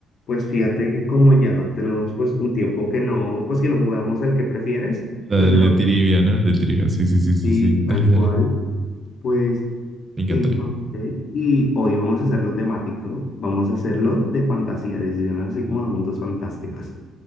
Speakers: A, on the left; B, on the right.
A: Pues fíjate que como ya tenemos pues un tiempo que no, pues que no jugamos el que prefieres
B: La,
A: desde
B: el de
A: la
B: trivia, ¿no? El de trivia. Sí, sí, sí, sí,
A: y
B: sí.
A: tal
B: Dale,
A: cual,
B: dale.
A: pues
B: Me encantaría.
A: encontré y hoy vamos a hacerlo temático, vamos a hacerlo de fantasía, decisiones así como de mundos fantásticos.